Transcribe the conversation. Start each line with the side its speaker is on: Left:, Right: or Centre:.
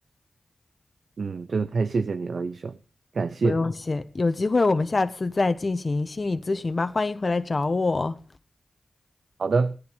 Right: 嗯，真的太谢谢你了，医生，感谢。
Left: 不用谢，有机会我们下次再进行心理咨询吧，欢迎回来找我哦。
Right: 好的。